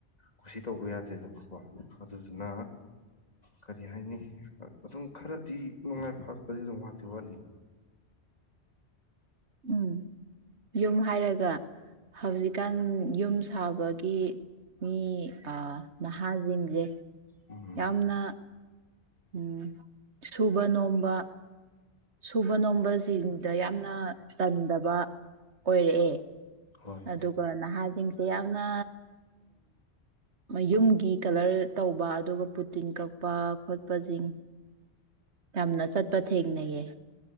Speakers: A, on the left; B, on the right.
A: ꯀꯁꯤ ꯇꯧꯕ ꯌꯥꯗꯦꯗꯅꯀꯣ ꯑꯗꯨꯗꯨꯅ ꯀꯔꯤ ꯍꯥꯏꯅꯤ ꯑꯗꯨꯝ ꯈꯔꯗꯤ ꯅꯨꯡꯉꯥꯏ ꯐꯥꯠꯄꯗꯤ ꯑꯗꯨꯝ ꯋꯥꯠꯇꯦ ꯋꯥꯠꯅꯤ
B: ꯎꯝ ꯌꯨꯝ ꯍꯥꯏꯔꯒ ꯍꯧꯖꯤꯛꯀꯥꯟ ꯌꯨꯝ ꯁꯥꯕꯒꯤ ꯃꯤ ꯑ ꯃꯍꯥꯖꯤꯤꯡ <inaudible>
A: ꯎꯝ
B: ꯌꯥꯝꯅ ꯎꯝ ꯁꯨꯕ ꯅꯣꯝꯕ ꯁꯨꯕ ꯅꯣꯝꯕꯁꯤꯡꯗ ꯌꯥꯝꯅ ꯇꯝꯗꯕ ꯑꯣꯏꯔꯛꯑꯦ
A: ꯍꯣꯏ
B: ꯑꯗꯨꯗ ꯀꯅ ꯍꯥꯏ ꯁꯤꯡꯁꯦ ꯌꯥꯝꯅ ꯃꯌꯨꯝꯒꯤ ꯀꯂꯔ ꯇꯧꯕ ꯑꯗꯨꯒ ꯄꯨ ꯇꯤꯟ ꯀꯛꯄ ꯈꯣꯠꯄꯁꯤꯡ ꯌꯥꯝꯅ ꯆꯠꯄ ꯊꯦꯡꯅꯩꯌꯦ